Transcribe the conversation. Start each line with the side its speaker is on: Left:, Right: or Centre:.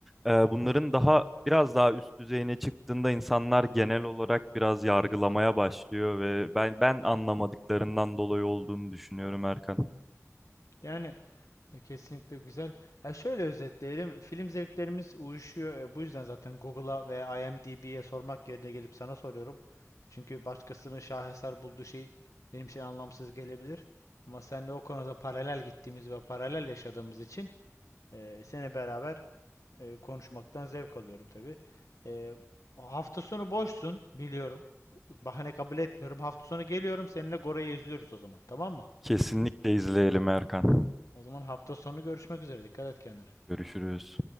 Centre: e, bunların daha biraz daha üst düzeyine çıktığında insanlar genel olarak biraz yargılamaya başlıyor ve ben ben anlamadıklarından dolayı olduğunu düşünüyorum Erkan.
Left: Yani e, kesinlikle güzel. Ya şöyle özetleyelim. Film zevklerimiz uyuşuyor. E, bu yüzden zaten Google'a ve IMDb'ye sormak yerine gelip sana soruyorum. Çünkü başkasının şaheser bulduğu şey benim için anlamsız gelebilir. Ama senle o konuda paralel gittiğimiz ve paralel yaşadığımız için e, seni beraber E, konuşmaktan zevk alıyorum tabii. E, hafta sonu boşsun biliyorum. Bahane kabul etmiyorum. Hafta sonu geliyorum seninle Gora'yı izliyoruz o zaman. Tamam mı?
Centre: Kesinlikle izleyelim Erkan.
Left: O zaman hafta sonu görüşmek üzere. Dikkat et kendine.
Centre: Görüşürüz.